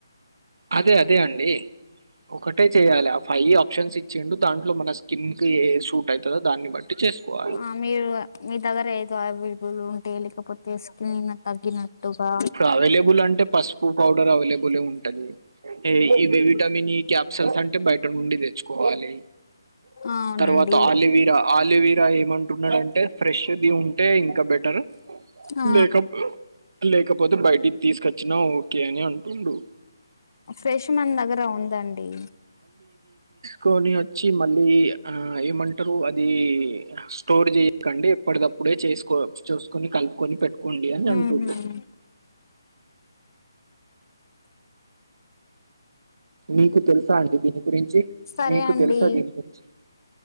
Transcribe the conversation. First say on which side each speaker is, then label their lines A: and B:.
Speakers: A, on the right (about 70°); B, on the left (about 55°).
A: అదే అదే అండి ఒకటే చెయాలి ఆ ఫైవ్ ఆప్షన్స్ ఇచ్చిండు దాంట్లో మన స్కిన్ క ఏ షూట్ అవుతుందో దాన్ని బట్టి చేసుకోవాలి.
B: ఆ మీరు మీ దగ్గర ఏదో అవబులు ఉంటే లేకపోతే స్కిన్ తగ్గినట్టుగా
A: అవైలబుల్ అంటే పసుపు పౌడర్ అవైలబులే ఉంటది ఇ విటమిన్ ఈ క్యాప్సల్స్ అంటే బయట నుండి తెచ్చుకోవాలి
B: అవునండి
A: తర్వాత ఆలివిరా ఆలోవిరా ఏమంటున్నాడంటే ఫ్రెష్ది ఉంటే ఇంకా బెటర్
B: ఆ
A: లేక లేకపోతే బయటికి తీసుకొచ్చినా ఓకే అని అంటుడు
B: ఫ్రెష్ మండ్ దగ్గర ఉందండి
A: కని వచ్చి మళ్ళీ ఆ ఏమంటారు అది స్టోర్ చెయకండి ఎప్పటిదప్పు ఇప్పుడే చేసుకో చూసుకొని కలుపుకొని పెట్టుకోండి అని అంటుంది
B: మ్మ్ హ్మ్
A: మీకు తెలుసా అండి దీని గురించి
B: సరే
A: మీకు
B: అండి
A: తెలుసా దీని గురించి